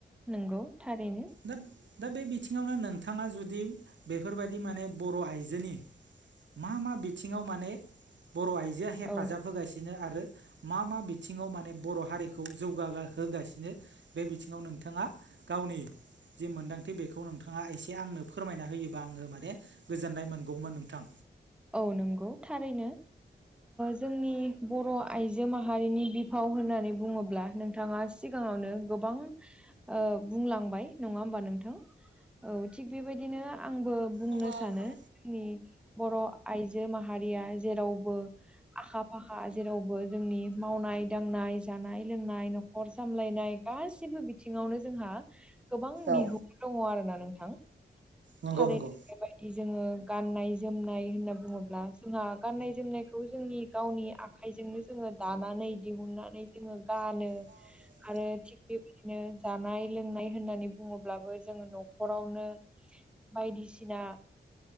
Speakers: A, in the centre; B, on the right.
A: नंगौ थारैनो
B: दा दा बे बिथिङावनो नोंथाङा जुदि बेफोरबायदि माने बर' आइजोनि मा मा बिथिङाव माने बर' आइजो हेफाजाब
A: औ
B: होगासिनो आरो मा मा बिथिङाव माने बर' हारिखौ जौगा होगासिनो बे बिथिङाव नोंथाङा गावनि जि मोनदांथि बेखौ नोंथाङा एसे आंनो फोरमायना होयोबा आङो माने गोजोननाय मोनगौमोन नोंथां
A: औ नंगौ थारैनो जोंनि बर' आइजो माहारिनि बिफाव होननानै बुङोब्ला नोंथाङा सिगाङावनो गोबां ओ बुंलांबाय नङा होमबा नोंथां औ थिग बेबायदिनो आंबो बुंनो
B: आंबो
A: सानो
B: बुं
A: जोंनि बर' आइजो माहारिया जेरावबो आखा फाखा जेरावबो जोंनि मावनाय दांनाय जानाय लोंनाय खर सामलायनाय गासिबो बिथिङावनो जोंहा गोबां
B: औ
A: बिहोमा दङ आरो ना नोंथां
B: नंगौ
A: थारैनो
B: नंगौ
A: बेबायदि जोङो गाननाय जोमनाय होनना बुङोब्ला जोंहा गाननाय जोमनायखौ जोंनि गावनि आखाइजोंनो जोङो दानानै दिहुननानै जोङो गानो
B: <unintelligible>
A: आरो थिग बेबायदिनो जानाय लोंनाय होननानै बुङोब्लाबो जोङो न'खरावनो बायदिसिना